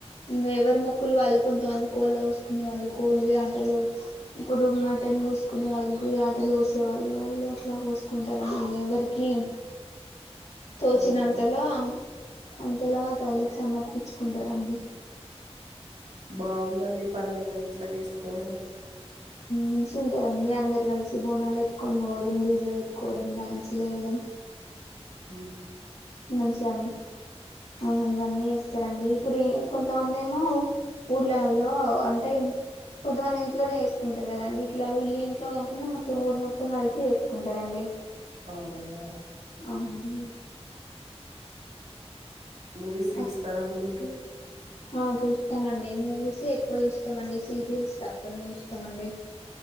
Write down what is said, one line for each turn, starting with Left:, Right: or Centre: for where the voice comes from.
Left: ఇంకా ఎవరి మొక్కులు వాళ్ళు కొంతమంది కోళ్ళ కోసుకునే వాళ్ళు కోళ్లు యాటలు ఇప్పుడు మటన్ కోసుకునే వాళ్ళు యటలు కోసే వాళ్ళు వాళ్ళు అట్లా కోసుకుంటారండి ఎవరికి తోచిన
Right: ఓహో
Left: అంతలో అ ఎల్లమ్మ తల్లికి సమర్పించుకుంటారండి
Right: బాగుందండి పండగ ఇట్లా చేసుకోవడం
Left: మంచి ఉంటదండి అందరు కలిసి బోనాలు ఎట్టుకని పోవడం డీజే పెట్టుకోవడం డ్యాన్స్ లే మేడం
Right: హ
Left: మంచిగా అ ఆ ఇవన్నీ ఇస్తారండి ఇప్పుడు కొంతమంది ఏమో ఊర్లల్లో అంటే కొంతమంది ఇంట్లోనే వేసుకుంటారు కదండి ఇట్లా వెళ్ళలి ఇంట్లో కాకుండా మొత్తం ఊరు మొత్తం కలిసి వేసుకుంటారండి
Right: అవునా
Left: అవునండి
Right: మూవీస్ చూస్తారా
Left: అట్లా
Right: అండి మీరు
Left: ఆ చూస్తామండి మూవీసే ఎక్కువ చూస్తామండి సీరియల్స్ తక్కువనే చూస్తామండి